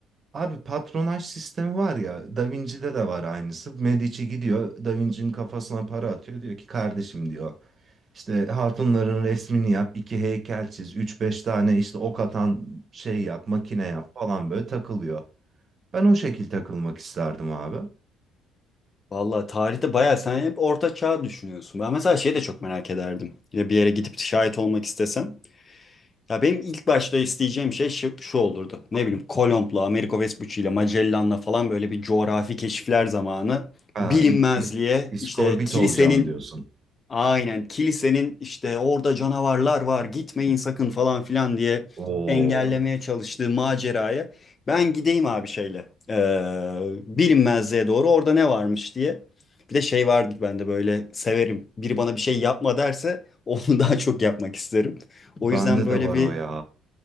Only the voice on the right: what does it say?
Abi patronaj sistemi var ya Da Vinci'de de var aynısı. Medici gidiyor Da Vinci'nin kafasına para atıyor. Diyor ki kardeşim diyor İşte hatunların resmini yap, iki heykel çiz, üç beş tane işte ok atan şey yap, makine yap falan böyle takılıyor. Ben o şekil takılmak isterdim abi.
Aa,
i- is- iskorbit
olacağım diyorsun.
Oo,
bende
de var
o ya.